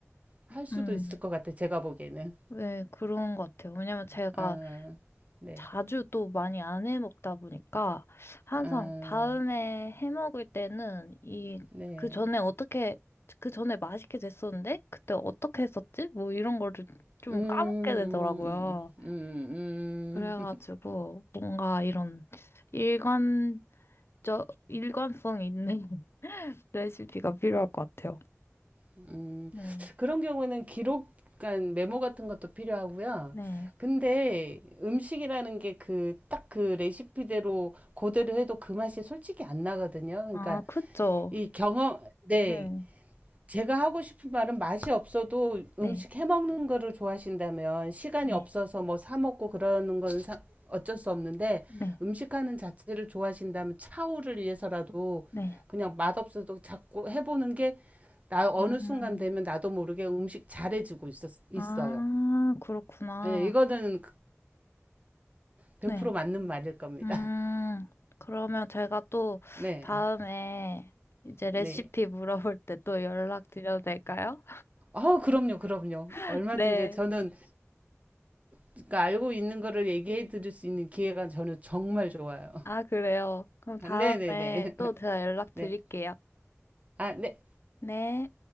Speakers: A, on the right (about 30°); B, on the left (about 55°).
A: 할 수도
B: 음,
A: 있을 것 같아 제가 보기에는.
B: 네, 그런 것 같아요. 왜냐면 제가
A: 아, 네,
B: 자주 또 많이 안 해 먹다 보니까 항상
A: 아,
B: 다음에 해 먹을 때는 이
A: 네.
B: 그 전에 어떻게 그 전에 맛있게 됐었는데 그때 어떻게 했었지? 뭐 이런 거를 좀
A: 음, 음,
B: 까먹게 되더라고요.
A: 음, 음,
B: 그래가지고
A: <laughs> 음.
B: 뭔가 이런 일관적 일관성 있는 <laughs> 레시피가 필요할 것 같아요.
A: 음.
B: 네.
A: 그런 경우는 기록, 간 메모 같은 것도 필요하고요.
B: 네.
A: 근데 음식이라는 게 그 딱 그 레시피대로 그대로 해도 그 맛이 솔직히 안 나거든요. 그러니까
B: 아, 그쵸.
A: 이 경험, 네,
B: 네.
A: 제가 하고 싶은 말은 맛이 없어도
B: 네.
A: 음식 해 먹는 거를 좋아하신다면 시간이
B: 네.
A: 없어서 뭐 사 먹고 그러는 건 사- 어쩔 수 없는데
B: 네.
A: 음식하는 자체를 좋아하신다면 차후를 위해서라도
B: 네.
A: 그냥 맛없어도 자꾸 해보는 게 나 어느
B: 음.
A: 순간 되면 나도 모르게 음식 잘해지고 있었, 있어요.
B: 아, 그렇구나.
A: 예, 이거는 100%
B: 네.
A: 맞는 말일 겁니다.
B: 음,
A: <laughs>
B: 그러면 제가 또
A: 네,
B: 다음에 이제
A: 네.
B: 레시피 물어볼 때 또 연락드려도 될까요?
A: 아, 그럼요, 그럼요.
B: <laughs>
A: 얼마든지
B: 네.
A: 저는 그러니까 알고 있는 거를 얘기해 드릴 수 있는 기회가 저는 정말 좋아요.
B: 아, 그래요. 그럼 다음에
A: 아, 네네네.
B: 또 제가 연락드릴게요.
A: <laughs> 네. 아, 네.
B: 네.